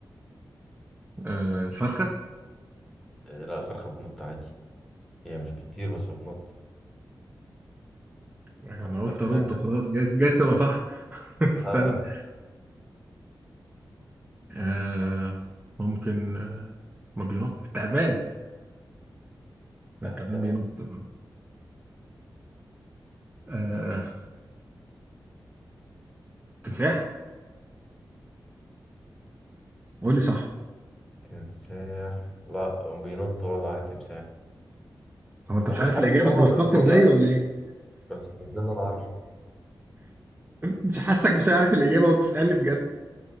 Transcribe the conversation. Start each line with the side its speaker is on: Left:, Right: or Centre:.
Right: آه الفرخه
Centre: إيه لا الفرخة بتنط عادي هي مش بتطير بس بتنط
Right: انا
Centre: ما فكرتش
Right: قلت ارد
Centre: فيها كده
Right: وخلاص جايز جايز تبقى صح <laughs> استنى
Centre: لا لا
Right: آه ممكن آه ما بينط التعبان
Centre: تمساح
Right: لا التعبان بينط آه تمساح قول لي صح
Centre: تمساح. لا بينط برضه على التمساح
Right: هو انت
Centre: او
Right: مش
Centre: مش
Right: عارف
Centre: عارف
Right: الاجابه
Centre: بصراحة
Right: انت
Centre: هو
Right: بتفكر
Centre: بينط ولا
Right: زيي
Centre: لا
Right: ولا
Centre: بس
Right: ايه
Centre: بس ده اللي انا عارفه
Right: مش حاسك مش عارف الإجابة وبتسألني بجد